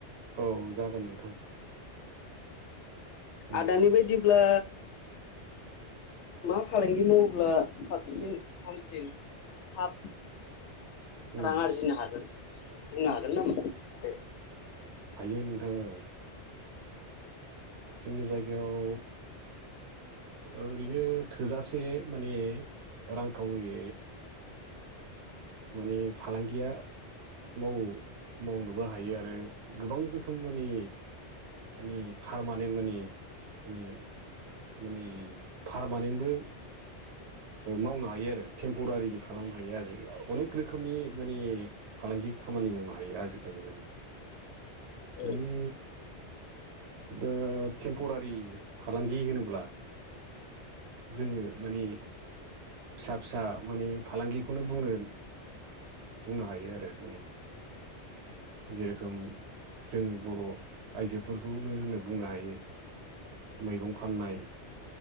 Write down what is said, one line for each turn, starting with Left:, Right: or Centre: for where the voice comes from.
Right: औ जागोन नोंथां उम
Left: आदानि बायदिब्ला मा फालांगि मावोब्ला साबसिन हामसिन थाब
Right: उम
Left: रां आरजिनो हागोन बुंनो हागोन नामा आदाया
Right: हायो नोंथां औ जोंनि जायगायाव ओरैनो थोजासे माने रांखावरि माने फालांगिया माव मावनोबो हायो आरो गोबां रोखोमनि माने फारमानेन्ट माने माने माने पारमानेन्टबो मावनो हायो आरो टेम्परारिबो खालामनो हायो आरो अनेक रोखोमनि मानि फालांगि खामानि मावनो हायो आजिखालि माने
Left: औ
Right: मानि दा टेम्परारि फालांगि होनोब्ला जोङो माने फिसा फिसा माने फालांगिखौनो बुंनो बुंनो हायो आरो माने जे रोखोम जोंनि बर' आइजोफोरखौनो होनो बुंनो हायो मैगं फाननाय